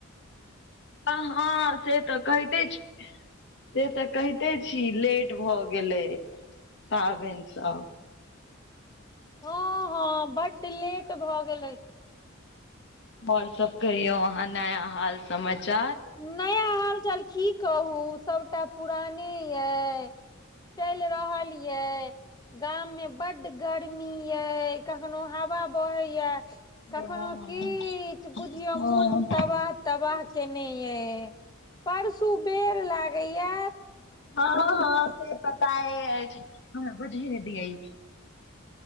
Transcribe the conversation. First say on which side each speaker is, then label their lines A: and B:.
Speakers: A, on the left; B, on the left.
A: आहाँ से तऽ कहते छी से तऽ कहिते छी लेट भऽ गेल गेलै पाबैन
B: हँ
A: स
B: हँ हँ बड लेट भऽ गेलै
A: ओर सब कहियौ अहाँ नया हाल समाचार
B: नया हालचाल की कहू सभटा पुराने यइ चैल रहल यै गाममे बड गर्मी यई कखनो हवा बहै या कखनो
A: हँ
B: किछ बुझिय
A: हँ
B: मुन तबा तबाह केने ये परसू बेर लागै या
A: हँ हँ से पता एअछि बजे नहि दैयाई